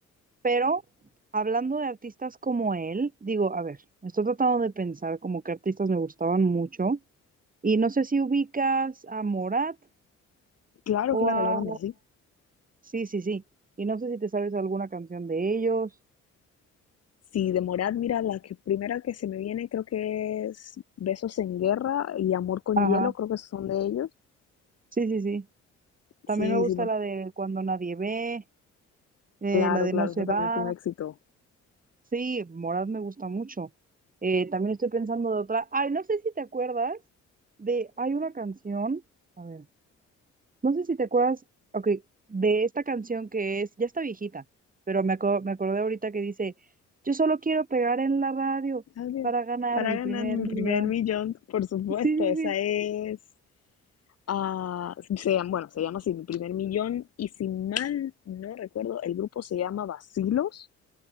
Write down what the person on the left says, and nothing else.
Claro,
claro,
la banda, sí.
si de Morat, mira, la que, primera que se me viene creo que es Besos en Guerra y Amor con
Hielo, creo que esos son de ellos.
Sí,
sí, me-
claro,
claro,
esa también
fue un éxito.
Adiós.
Para
ganar mi
primer millón, por supuesto,
esa
es... ah, se llama- bueno, se llama así, mi primer millón y si mal no recuerdo, el grupo se llama Vacilos,